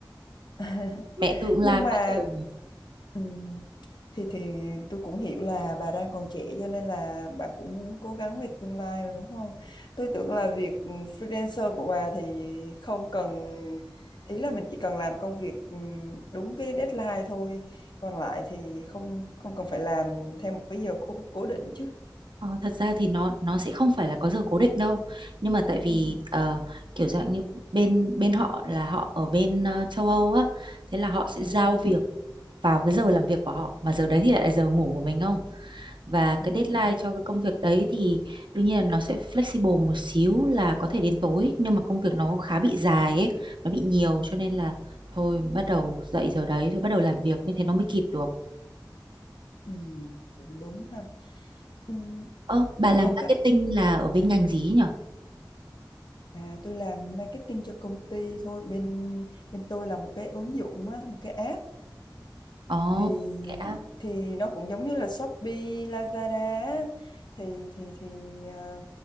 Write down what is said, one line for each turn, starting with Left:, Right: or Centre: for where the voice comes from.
Left: <laughs>
Right: mẹ tôi cũng la
Left: nhưng mà
Right: quá trời
Left: ừm, thì thì tôi cũng hiểu là bà đang còn trẻ cho nên là bà cũng muốn cố gắng về tương lai mà đúng không? Tôi tưởng là việc ừm, freelancer của bà thì không cần ý là mình chỉ cần làm công việc ừm, đúng cái deadline thôi, còn lại thì không không cần phải làm theo một cái giờ cố, cố định chứ.
Right: Ờ, thật ra thì nó nó sẽ không phải là có giờ cố định đâu nhưng mà tại vì
Left: Ừm.
Right: ờ, kiểu dạng như bên bên họ là họ ở bên ờ, châu Âu á thế là họ sẽ
Left: À,
Right: giao việc vào cái giờ làm việc của họ mà giờ đấy thì lại là giờ ngủ của mình không và cái
Left: đúng rồi.
Right: deadline cho cái công việc đấy thì đương nhiên là nó sẽ flexible một xíu là có thể đến tối nhưng mà công việc nó khá bị dài ấy nó bị nhiều cho nên là thôi bắt đầu dậy giờ đấy rồi bắt đầu làm việc như thế nó mới kịp được
Left: Ừm, cũng đúng ha. Ừm,
Right: ơ bà
Left: bà
Right: làm
Left: có
Right: marketing
Left: cái
Right: là ở bên ngành gì ấy nhở
Left: À, tôi làm marketing cho công ty thôi bên bên tôi là một cái ứng dụng á, một cái app
Right: Ồ,
Left: thì
Right: oh,
Left: thì nó cũng giống như là Shopee, Lazada á. thì thì thì à,